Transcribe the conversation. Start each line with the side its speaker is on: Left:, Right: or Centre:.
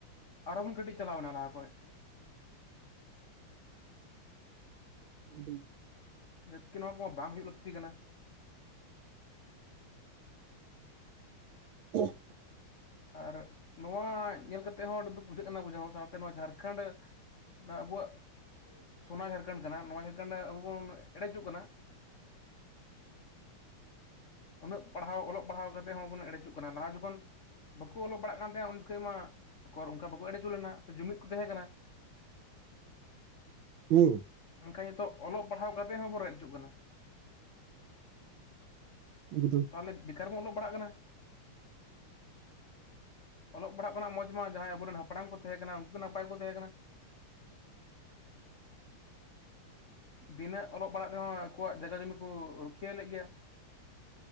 Left: ᱟᱨᱚ ᱵᱚᱱ ᱠᱟᱹᱴᱤᱡ ᱪᱟᱞᱟᱣᱱᱟ ᱞᱟᱦᱟ ᱠᱷᱚᱱᱚᱡ᱾
Right: <inaudible>
Left: ᱡᱟᱵᱠᱤ ᱱᱚᱣᱟ ᱠᱚᱢᱟ ᱵᱟᱝ ᱦᱳᱭᱳᱜ ᱞᱟᱹᱠᱛᱤ ᱠᱟᱱᱟ᱾
Right: <inaudible>
Left: ᱟᱨ ᱱᱚᱣᱟ ᱧᱮᱞ ᱠᱟᱛᱮᱜ ᱦᱚᱸ ᱟᱹᱰᱤ ᱫᱩᱠ ᱵᱩᱡᱷᱟᱹᱜ ᱠᱟᱱᱟ ᱵᱩᱡᱷᱟᱹᱣ ᱥᱟᱶᱛᱮ ᱱᱚᱣᱟ ᱡᱷᱟᱲᱠᱷᱚᱸᱰ ᱚᱱᱟ ᱟᱵᱚᱣᱟᱜ ᱥᱳᱱᱟ ᱡᱷᱟᱲᱠᱷᱚᱸᱰ ᱠᱟᱱᱟ ᱱᱚᱣᱟ ᱡᱷᱟᱲᱠᱷᱚᱸᱰ ᱨᱮ ᱟᱵᱚ ᱵᱚᱱ ᱮᱲᱮ ᱦᱚᱪᱚᱜ ᱠᱟᱱᱟ᱾ ᱩᱱᱟᱹᱜ ᱯᱟᱲᱦᱟᱣ ᱚᱞᱚᱜ ᱯᱟᱲᱦᱟᱣ ᱠᱟᱛᱮ ᱦᱚᱸᱵᱚᱱ ᱮᱲᱮᱪᱚᱜ ᱠᱟᱱᱟ, ᱞᱟᱦᱟ ᱡᱚᱠᱷᱚᱱ ᱵᱟᱠᱚ ᱚᱞᱚᱜ ᱯᱟᱲᱟᱜ ᱠᱟᱱ ᱛᱟᱦᱮᱸᱱᱟ ᱩᱱ ᱡᱚᱠᱷᱚᱱ ᱢᱟ ᱚᱠᱚᱨ ᱚᱱᱠᱟ ᱵᱟᱠᱚ ᱮᱲᱮᱪᱚ ᱞᱮᱱᱟ, ᱥᱮ ᱡᱩᱢᱤᱫ ᱠᱚ ᱛᱟᱦᱮᱸ ᱠᱟᱱᱟ᱾
Right: ᱦᱩᱸ
Left: ᱢᱮᱱᱱᱠᱷᱟᱱ ᱱᱤᱛᱚᱜ ᱚᱞᱚᱜ ᱯᱟᱲᱦᱟᱣ ᱠᱟᱛᱮᱜ ᱦᱚᱸᱵᱚᱱ ᱨᱮᱡ ᱦᱤᱡᱩᱜ ᱠᱟᱱᱟ᱾
Right: ᱮᱠᱫᱚᱢ
Left: ᱛᱟᱦᱚᱞᱮ ᱵᱮᱠᱟᱨ ᱵᱚᱱ ᱚᱞᱚᱜ ᱯᱟᱲᱟᱜ ᱠᱟᱱᱟ᱾ ᱚᱞᱚᱜ ᱯᱟᱲᱦᱟᱜ ᱠᱷᱱᱟᱜ ᱢᱚᱡᱽ ᱢᱟ ᱡᱟᱦᱟᱸᱭ ᱟᱵᱚᱨᱮᱱ ᱦᱟᱯᱲᱟᱢ ᱠᱚ ᱛᱟᱦᱮᱸ ᱠᱟᱱᱟ, ᱩᱱᱠᱩ ᱱᱟᱯᱟᱭ ᱠᱚ ᱛᱟᱦᱮᱸ ᱠᱟᱱᱟ᱾ ᱵᱤᱱᱟᱹ ᱚᱞᱚᱜ ᱯᱟᱲᱦᱟᱜ ᱨᱮᱦᱚᱸ ᱟᱠᱚᱣᱟᱜ ᱡᱟᱭᱜᱟ ᱡᱩᱚᱢᱤ ᱠᱚ ᱨᱩᱠᱷᱤᱭᱟᱹ ᱞᱮᱫ ᱜᱮᱭᱟ᱾